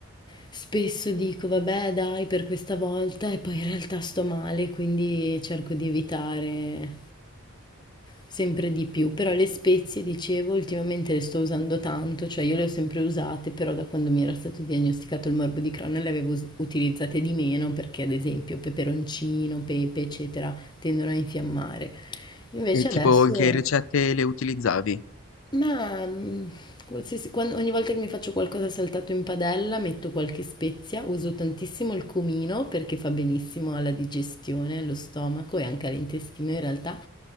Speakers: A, on the left (about 20°); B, on the left (about 65°).
A: Spesso dico, vabbè, dai, per questa volta e poi in realtà sto male, quindi cerco di evitare sempre di più. Però le spezie, dicevo, ultimamente le sto usando tanto, cioè io le ho sempre usate, però da quando mi era stato diagnosticato il morbo di Crohn le avevo us- utilizzate di meno perché ad esempio peperoncino, pepe, eccetera, tendono a infiammare. Invece
B: E
A: adesso
B: tipo in che ricette le utilizzavi?
A: ma, mhmm, qualsiasi quan ogni volta che mi faccio qualcosa saltato in padella metto qualche spezia, uso tantissimo il cumino perché fa benissimo alla digestione, allo stomaco e anche all'intestino in realtà,